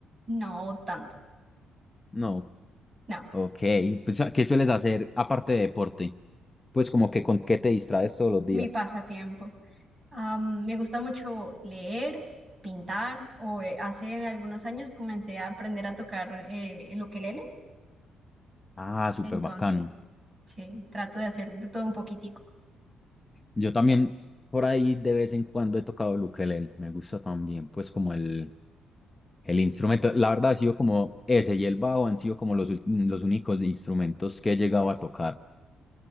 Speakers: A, on the right (about 25°); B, on the left (about 20°).
A: no tanto.
B: No.
A: No,
B: Ok, pues, ¿qué sueles hacer aparte de deporte? Pues como que con qué te distraes todos los días.
A: mi pasatiempo. Am, me gusta mucho leer, pintar, o eh, hace algunos años comencé a aprender a tocar eh, el ukelele.
B: Ah, súper
A: Entonces,
B: bacano.
A: sí, trato de hacer de todo un poquitico.
B: Yo también por ahí de vez en cuando he tocado el ukelele. Me gusta también, pues, como el, el instrumento. La verdad ha sido como ese y el bajo han sido como los, ul- los únicos instrumentos que he llegado a tocar.